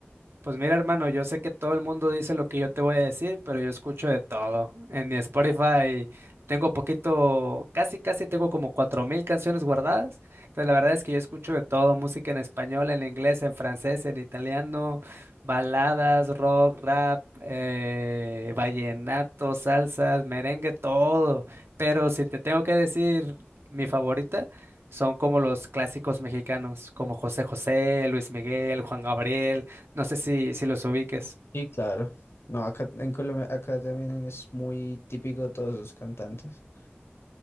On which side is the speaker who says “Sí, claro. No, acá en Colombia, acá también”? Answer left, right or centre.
Left